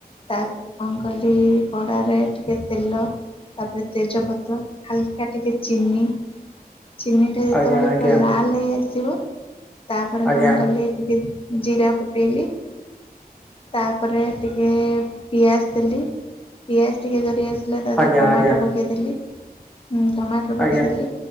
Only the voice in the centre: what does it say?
ଆଜ୍ଞା ଆଜ୍ଞା
ଆଜ୍ଞା
ଆଜ୍ଞା
ଆଜ୍ଞା
ଆଜ୍ଞା